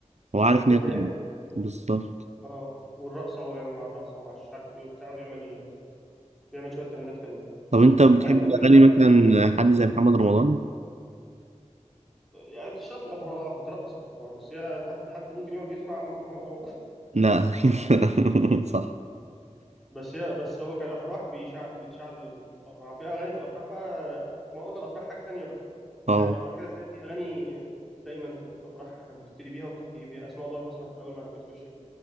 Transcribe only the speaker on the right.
هو عارف
إن هي تيجي بالظبط
طب أنت بتحب
أغاني
مثلا حد زي محمد رمضان؟
لا أكيد لا <laughs> صح
أه